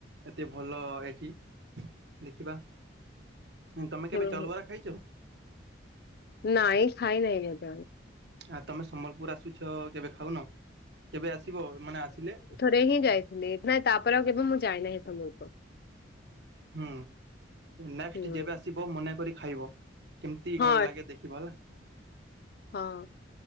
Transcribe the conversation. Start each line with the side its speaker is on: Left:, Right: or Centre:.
Right: ଏତେ ଭଲ ଏଠି ଦେଖିବା। ତମେ କେବେ
Left: ହୁଁ
Right: ଚାଲବରା
Left: ହୁଁ
Right: ଖାଇଛ?
Left: ନାଇଁ ଖାଇ ନହିଁ କେତବେଳେ।
Right: ଆ ତମେ ସମ୍ବଲପୁର ଆସୁଛ କେବେ ଖାଉନ କେବେ ଆସିବ ମାନେ ଆସିଲେ?
Left: ଏବେ ହିଁ ଯାଇଥିଲି ନାଇଁ ତାପରେ ଆଉ କେବେ ମୁଁ ଯାଇନାହିଁ ସମ୍ୱଲପୁର।
Right: ହୁଁ ନେଷ୍ଟ
Left: ହୁଁ
Right: ଯେବେ ଆସିବ ମନେକରି ଖାଇବ। କେମିତି
Left: ହଁ
Right: କଣ ଲାଗେ ଦେଖିବ ହେଲା।
Left: ହଁ।